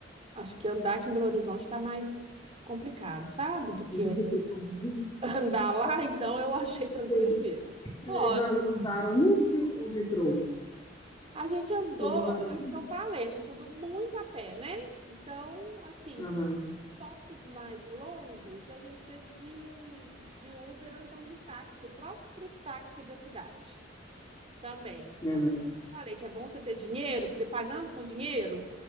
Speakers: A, on the right; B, on the left.
A: Acho que andar aqui em Belo Horizonte está mais complicado, sabe? Do que
B: Mais complicado.
A: <laughs> andar lá, então eu achei tranquilo
B: Vocês,
A: mesmo.
B: vocês
A: Lógico,
B: usaram Uber ou metrô?
A: a gente andou,
B: Vocês usaram
A: é
B: Uber?
A: o que eu falei, a gente andou muito a pé, né? Então, assim,
B: Aham,
A: esportes mais longos a gente fez de, de Uber ou então de táxi, o próprio táxi da cidade também.
B: aham,
A: Eu falei que é bom você ter dinheiro, porque pagando com dinheiro